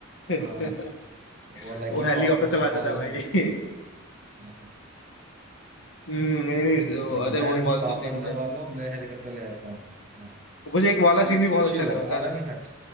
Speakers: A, on the left; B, on the right.
A: है
B: हाँ
A: <laughs>
B: वो बोला
A: वो
B: कि
A: हेलीकॉप्टर
B: पापड़ संभालो
A: चला देता है भाई <laughs>
B: हाँ
A: हम्म नहीं नहीं
B: बोलता
A: वो-
B: है कि
A: अरे
B: बहन
A: वही बहुत अच्छे
B: पापड़
A: सीन
B: संभालो
A: थे
B: मैं हेलीकॉप्टर ले आता हूँ हाँ
A: मुझे एक वाला
B: मतलब
A: सीन भी बहुत
B: कुछ
A: अच्छा
B: अलग
A: लगा था
B: ही हट